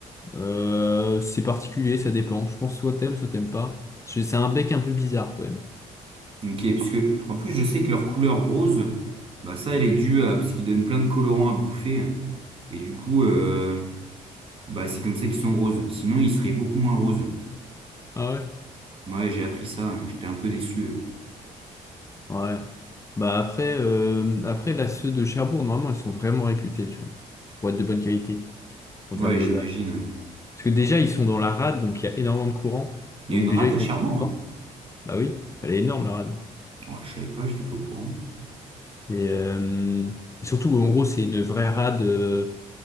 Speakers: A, on the left (about 20°); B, on the right (about 40°).
A: Euh, c'est particulier, ça dépend. Je pense soit t'aimes, soit t'aimes pas. C'est c'est un bec un peu bizarre quand même.
B: Ok, parce que en plus je sais que leur couleur rose, bah ça elle est due à parce qu'ils donnent plein de colorants à bouffer et du coup euh, bah c'est comme ça qu'ils sont roses. Sinon ils seraient beaucoup moins roses.
A: Ah ouais?
B: Ouais, j'ai appris ça, j'étais un peu déçu.
A: Ouais. Bah après, euh, après là, ceux de Cherbourg, normalement, ils sont vraiment réputés, tu vois. Pour être de bonne qualité en
B: Ouais,
A: termes d'élevage.
B: j'imagine.
A: Parce que déjà, ils sont dans la rade, donc il y a énormément de courant.
B: Il
A: Donc
B: y a une
A: déjà,
B: rade
A: ils
B: à
A: font
B: Cherbourg?
A: du sport. Bah oui, elle est énorme la rade.
B: Oh, je savais pas, j'étais pas au courant.
A: Et, euh, et surtout, en gros, c'est une vraie rade. euh,